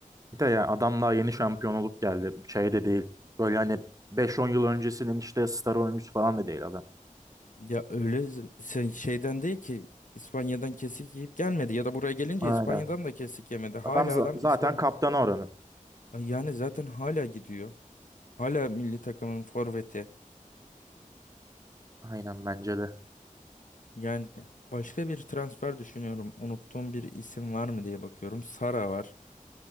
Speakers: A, on the right; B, on the left.
A: Bir de yani adam daha yeni şampiyon olup geldi. Şey de değil. Böyle hani beş on yıl öncesinin işte star oyuncusu falan da değil adam.
B: Ya öyle z- sen şeyden değil ki İspanya'dan kesik yiyip gelmedi ya da buraya gelince
A: Aynen.
B: İspanya'dan da kesik yemedi. Hala
A: Adam za-
B: adam
A: zaten
B: İspanya
A: kaptanı oranın.
B: Ay yani zaten hala gidiyor. Hala milli takımın forveti.
A: Aynen bence de.
B: Yani başka bir transfer düşünüyorum. Unuttuğum bir isim var mı diye bakıyorum. Sara var.